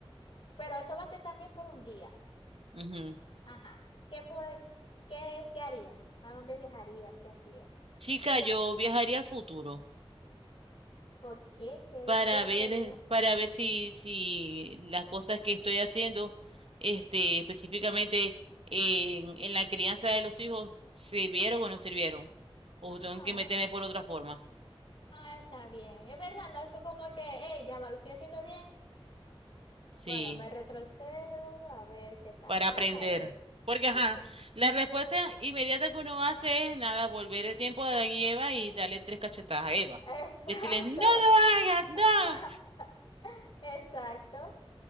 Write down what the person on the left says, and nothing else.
pero eso va a ser también por un día.
Ajá. ¿Qué, pode- qué, qué harías? ¿A dónde viajarías? ¿Qué hacías?
¿Por qué? ¿Qué,
qué,
qué?
Ah,
ah, está bien. Es verdad, no es co- como que, hey, ya va, lo estoy haciendo bien.
Bueno, me retrocedo a ver qué tal.
Ah,
está bien.
Eso.
Exacto.
<laughs> Exacto.